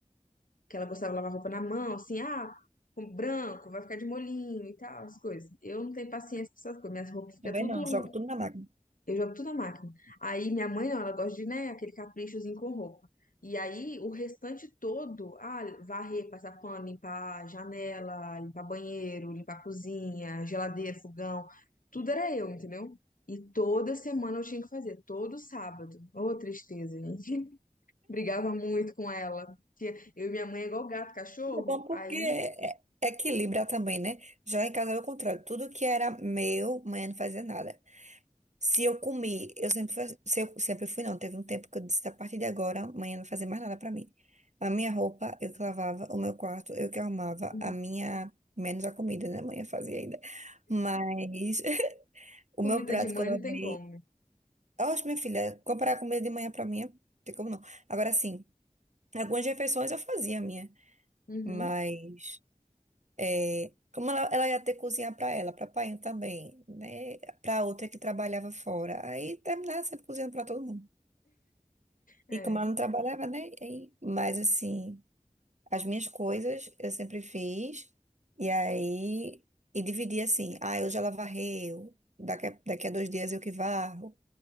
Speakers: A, on the left; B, on the right.
A: que ela gostava de lavar roupa na mão, assim, ah, com branco, vai ficar de molinho e tal, as coisas. Eu não tenho paciência pra essas coisas, minhas roupas ficam
B: Também
A: tudo,
B: não, jogo tudo na máquina.
A: eu jogo tudo na máquina. Aí minha mãe não, ela gosta de, né, aquele caprichozinho com roupa. E aí o restante todo, ah, varrer, passar pano, limpar janela, limpar banheiro, limpar cozinha, geladeira, fogão, tudo era eu, entendeu? E toda semana eu tinha que fazer, todo sábado. Ô, tristeza, gente. Brigava muito com ela. Tinha- Eu e minha mãe é igual gato, cachorro.
B: É bom porque
A: Aí,
B: é- equilibra também, né? Já em casa é o contrário. Tudo que era meu, mãe não fazia nada. Se eu comi, eu sempre, fa- se eu sempre fui, não. Teve um tempo que eu disse, a partir de agora, amanhã não vai fazer mais nada pra mim. A minha roupa, eu que lavava, o meu quarto, eu que arrumava,
A: uhum,
B: a minha, menos a comida, né? Amanhã fazia ainda. Mas <laughs> o
A: comida
B: meu prato
A: de mãe
B: que eu lavei.
A: não tem como, né?
B: Oxe, minha filha, comprar a comida de manhã pra mim, não tem como não. Agora sim, algumas refeições eu fazia a minha,
A: Uhum,
B: mas é, como ela, ela ia ter que cozinhar pra ela, pra pai também, né? Pra outra que trabalhava fora. Aí terminava sempre cozinhando pra todo mundo.
A: é.
B: E como ela não trabalhava, né? E- Mas assim, as minhas coisas eu sempre fiz. E aí, e dividi assim, ah, hoje ela varreu, daqui a, daqui a dois dias eu que varro.